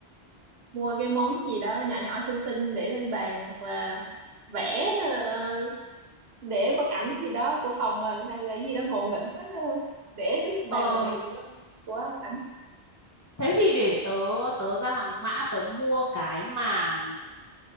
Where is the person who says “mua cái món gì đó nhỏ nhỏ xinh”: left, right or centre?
Right